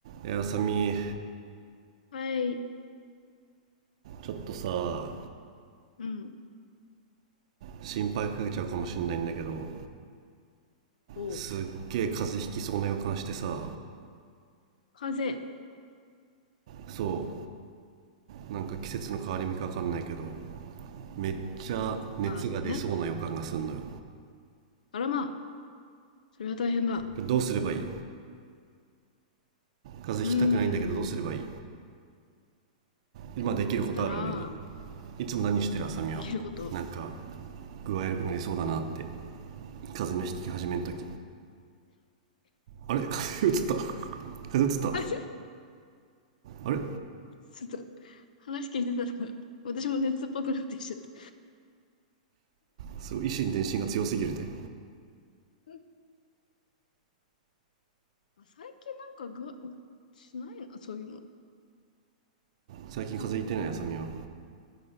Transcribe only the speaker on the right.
いやあさみ
ちょっとさ
心配かけちゃうかもしんないんだけど
すっげえ風邪ひきそうな予感してさ
そうなんか季節の変わり目かわかんないけどめっちゃ熱が出そうな予感がすんのよ
どうすればいい風邪ひきたくないんだけどどうすればいい
今できることある俺に
いつも何してるあさみはなんか
具合悪くなりそうだなって風邪の引き始めの時あれ風邪移った <laughs> 風邪うつった
あれ
すごい維心伝心が強すぎるで
最近風邪ひいてないあさみは